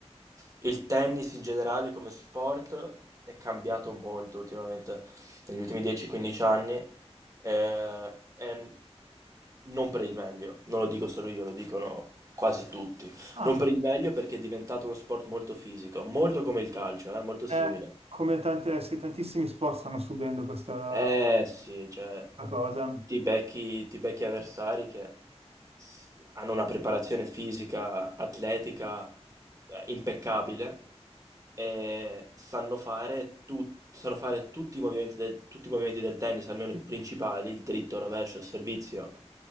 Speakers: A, on the right; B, on the right.
A: il tennis in generale come sport è cambiato molto ultimamente, negli ultimi 10-15 anni, eh, e non per il meglio, non lo dico solo io, lo dicono quasi tutti.
B: Ah,
A: Non per il meglio perché è diventato uno sport molto fisico, molto come il calcio, eh, molto simile.
B: eh, come tante, sì, tantissimi sport stanno subendo questa,
A: Eh sì, cioè
B: questa cosa,
A: ti becchi, ti becchi avversari che s- hanno una preparazione fisica, atletica eh, impeccabile e sanno fare, tu- sanno fare tutti i movimenti del, tutti i movimenti del tennis, almeno i principali, il dritto, il rovescio, il servizio.